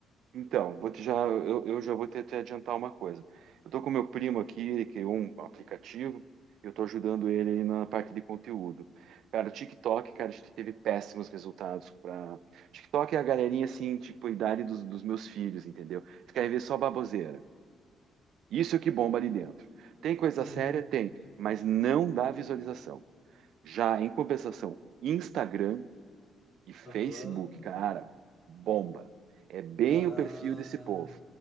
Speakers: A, on the right (about 75°); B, on the left (about 40°).
A: Então, vou te já, eu, eu já vou te, te adiantar uma coisa. Eu estou com meu primo aqui, ele criou um aplicativo, eu estou ajudando ele aí na parte de conteúdo. Cara, o TikTok, cara, a gente teve péssimos resultados para. TikTok é a galerinha assim, tipo, a idade dos, dos meus filhos, entendeu? Eles querem ver só baboseira. Isso é o que bomba ali dentro. Tem coisa
B: Sim.
A: séria? Tem, mas não dá visualização. Já em compensação, Instagram e Facebook,
B: Aham.
A: cara, bomba. É bem
B: Ah.
A: o perfil desse povo.